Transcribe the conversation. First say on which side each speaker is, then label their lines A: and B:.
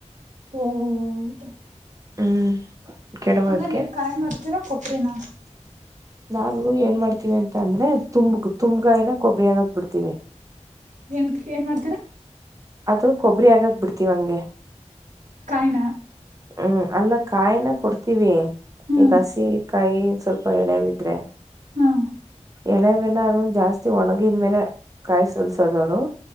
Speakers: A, on the right; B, on the right.
A: ಓ ಹೋ ಹೌದ
B: ಹ್ಮ್ ಕೆಡವದಕ್ಕೆ
A: ಅಂದ್ರೆ ನೀವ್ ಕಾಯಿ ಮಾ ತಿರಾ ಕೊಬ್ರಿನಾ
B: ನಾವು ಏನ್ ಮಾಡ್ತೀವಿ ಅಂತ ಅಂದ್ರೆ ತುಂಬ ತುಂಬ್ಗಾಯನ ಕೊಬ್ಬರಿ ಆಗಕ್ಕ್ ಬಿಡ್ತೀವಿ
A: ಏನ್ ಏನ್ ಮಾಡ್ತೀರ
B: ಅದು ಕೊಬ್ಬರಿ ಆಗಕ್ ಬಿಡ್ತಿವ್ ಹಂಗೆ
A: ಕಾಯ್ನ
B: ಹ್ಮ್ ಅಲ್ಲ ಕಾಯ್ನ ಕೊಡ್ತೀವೀ
A: ಹ್ಮ್
B: ಈಗ ಶಿ ಕಾಯಿ ಸ್ವಲ್ಪ ಎಳೆವಿದ್ರೆ
A: ಹ್ಮ್
B: ಎಳೆವೆಲ್ಲ ಅದೊಂದು ಜಾಸ್ ಒಣಗಿದ್ಮೇಲೆ ಕಾಯಿ ಸುಲ್ಸಾದವರು